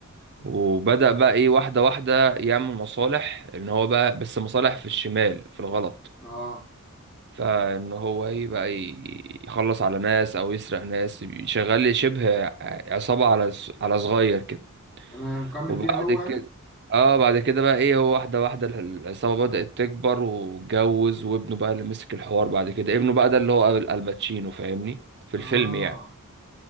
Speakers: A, on the right; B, in the centre.
A: وبدأ بقى ايه واحدة واحدة يعمل مصالح ان هو بقى بس مصالح في الشمال في الغلط
B: اه
A: فان هو ايه بقى ي- يخلص على ناس او يسرق ناس شغال شبه عصابة على على صغير كده
B: تمام مكمل
A: وبعد
B: فيها هو يعني
A: كده اه بعد كده بقى ايه هو واحده واحده ال- العصابه بدأت تكبر واتجوز وابنه بقى اللي مسك الحوار بعد كده ابنه بقى ده اللي هو ال- الباتشينو فاهمني في
B: اه
A: الفيلم يعني